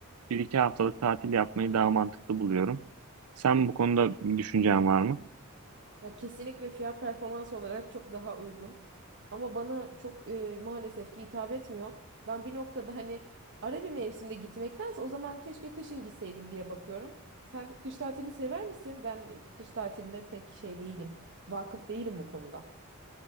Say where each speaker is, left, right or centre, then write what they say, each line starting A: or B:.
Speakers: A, on the right; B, on the right.
A: bir iki haftalık tatil yapmayı daha mantıklı buluyorum. Sen bu konuda bir düşüncen var mı?
B: Ya kesinlikle fiyat performans olarak çok daha uygun. Ama bana çok e, maalesef ki hitap etmiyor. Ben bir noktada hani ara bir mevsimde gitmektense o zaman keşke kışın gitseydim diye bakıyorum. Sen kış tatilini sever misin? Ben e, kış tatiline pek şey değilim. Vakıf değilim bu konuda.